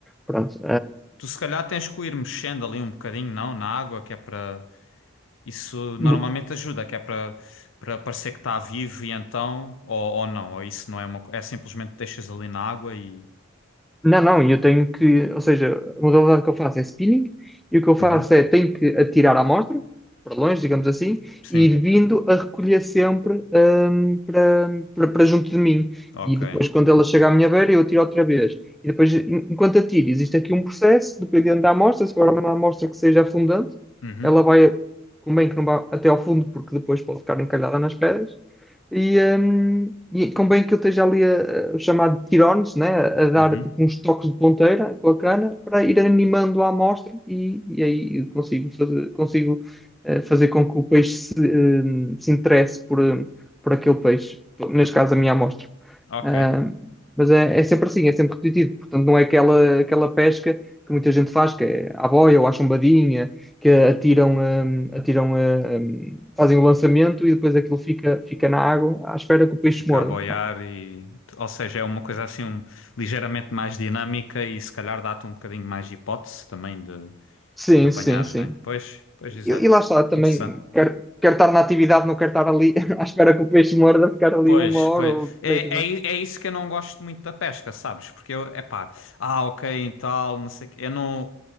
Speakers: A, in the centre; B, on the left.
A: pronto,
B: Tu se calhar tens que o ir mexendo ali um bocadinho, não? Na água, que é para... Isso
A: hum,
B: normalmente ajuda, que é para para parecer que está vivo e então... Ou, ou não, ou isso não é uma... co- É simplesmente deixas ali na água e...
A: Não, não, eu tenho que, ou seja, a modalidade que eu faço é spinning e o que eu faço
B: Uhum,
A: é tenho que atirar a amostra para longe, digamos assim,
B: sim,
A: e ir vindo a recolher sempre hum, para, para, para junto de mim.
B: ok.
A: E depois, quando ela chega à minha beira, eu atiro outra vez. E depois, en- enquanto atiro, existe aqui um processo, dependendo da amostra, se for uma amostra que seja afundante,
B: Uhum,
A: ela vai, convém que não vá até ao fundo, porque depois pode ficar encalhada nas pedras. E, hum, e convém que eu esteja ali a, a- o chamado tirones, né? A dar
B: uhum,
A: tipo uns toques de ponteira com a cana para ir animando a amostra e, e aí eu consigo fazer, consigo eh, fazer com que o peixe se, hum, se interesse por, hum, por aquele peixe, neste caso a minha amostra.
B: ok.
A: Ah, mas é, é sempre assim, é sempre repetitivo, portanto não é aquela, aquela pesca que muita gente faz, que é à boia ou à chumbadinha que atiram, hum, atiram, hum, hum, fazem o lançamento e depois aquilo fica, fica na água à espera que o peixe
B: fica
A: morda.
B: a boiar
A: Não.
B: e, ou seja, é uma coisa assim um- ligeiramente mais dinâmica e se calhar dá-te um bocadinho mais de hipótese também de,
A: Sim,
B: de apanhares,
A: sim, sim.
B: né? Pois, pois, exato.
A: E, e lá está, também
B: Interessante.
A: quero, quero estar na atividade, não quero estar ali <laughs> à espera que o peixe morda, ficar ali
B: Pois,
A: uma hora
B: pois.
A: ou o que
B: É,
A: seja, não
B: é, i- é isso que eu não gosto muito da pesca, sabes? Porque eu, é pá, ah, ok, e tal, não sei o quê. Eu não.